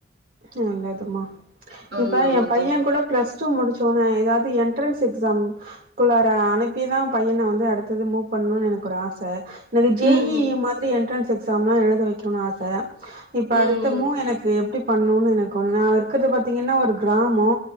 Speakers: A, on the right; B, on the right.
A: ம் நல்லதுமா
B: ஆமா
A: இப்ப
B: ஆமா
A: என் பையன்
B: தோழி
A: கூட ப்ளஸ் ச்சு முடிச்சோன ஏதாவது என்ட்ரன்ஸ் எக்ஸாம் குள்ளார அனுப்பிதா பையன வந்து அடுத்தது மூவ் பண்ணு எனக்கு ஒரு ஆச என்னது ஜேஇ
B: ம் ம்
A: மாதிரி என்ட்ரன்ஸ் எக்ஸாம்லா எழுத வைக்கணு ஆச இப்ப
B: ம்
A: அடுத்த மூ எனக்கு எப் பண்ணுனு எனக்கு ஒண்ணா இருக்றது பாத்தீங்கன்னா ஒரு கிராமோ